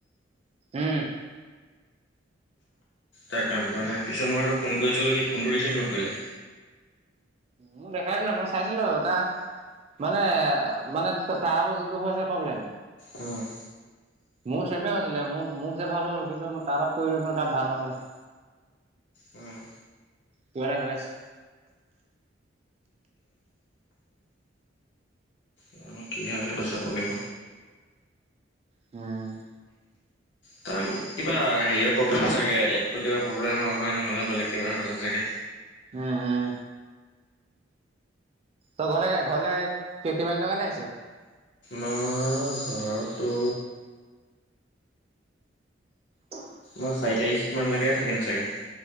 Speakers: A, on the right; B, on the left.
A: উম
B: তাৰ কাম কৰা নাই পিছত মই আকৌ ফোন কৰি আছিলো কি ফোনটো ৰিচিভ নকৰিলে
A: মোক দেখাই দিলে মই চাইছিলো টা মানে মানে তাৰ যোনটো আ হৈছে প্ৰব্লেম
B: উম
A: মোৰ চেমে হৈছিলে মোৰ মোৰ হৈছে ভাল হ'ল কিন্তু মই তাৰ তাত কৰিলো কাৰণে তা ভাল নহলে <inaudible>
B: উম
A: কিবা এটা হৈ আছে।
B: জানো কি হয় সেইটো চাব লাগিব
A: উম
B: তাৰ কিবা হেৰি প্ৰব্লেম চাগে এপতো কিবা প্ৰব্লেম হয় নহলে বেলেগ কিবা হৈছে চাগে
A: উম উম উম তই ঘৰলৈ ঘৰলে কিমান দিনৰ কাৰণে আহিছ
B: মই ঘৰতটো
A: অ
B: মই চাৰি তাৰিখ মানলৈকে থাকিম চাগে